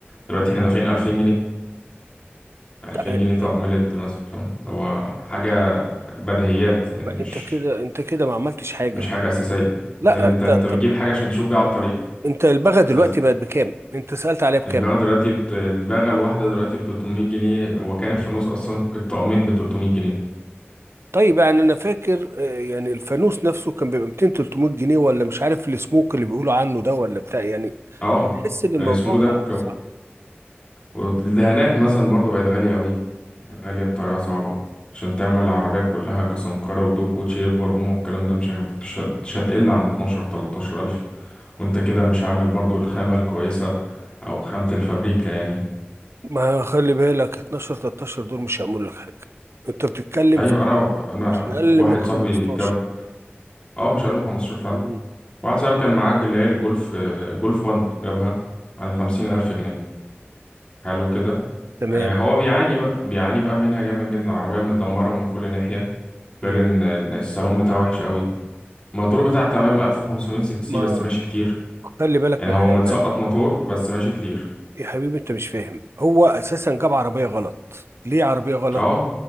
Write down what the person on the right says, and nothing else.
ت-
انت كده انت كده ما عملتش حاجه
لا
ت- طب
انت البغا دلوقتي
بقت بكام انت سالت عليها بكام
طيب يعني انا فاكر آه، يعني الفانوس نفسه كان بيبقى 200 300 جنيه ولا مش عارف السموك اللي بيقولوا عنه ده ولا بتاع يعني
لا تحس ان الموضوع
بقى صعب
ما خلي بالك 12 13 دول مش هيعملوا لك حاجه انت بتتكلم
في
مش اقل
من 15
مم.
تمام
مم.
ما
خلي بالك
من
حاجه
يا حبيبي انت مش فاهم هو اساسا جاب عربيه غلط ليه عربيه غلط